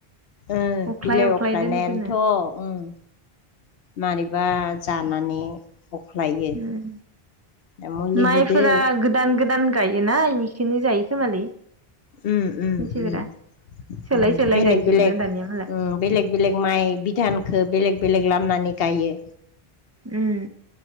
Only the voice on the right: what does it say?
अख्लाय
अख्लाय
दोनदोनो
उम
माइफोरा
गोदान- गोदान गायोना इखौनो जायो खोमालै।
मानसिफोरा
सोलाय
सोलाय
गायजोबोना
दानिया मालाय
उम।